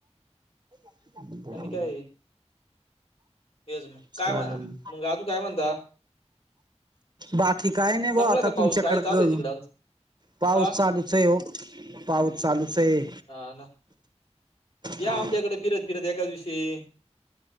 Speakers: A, on the right (about 40°); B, on the left (about 60°).
A: <inaudible>
B: होय हेच मग
A: चालेल
B: काय म्हणा मंग आजून काय म्हणता?
A: बाकी काय नाही
B: संपला
A: ब्वा आता
B: का पाऊस
A: तुमच्याकडे
B: काय चालू आहे तिकडं
A: पाऊस
B: आ
A: चालूच आहे हो, पाऊस चालूच आहे.
B: हा ना या
A: हा
B: आमच्याकडे फिरत फिरत एखाद्या दिवशी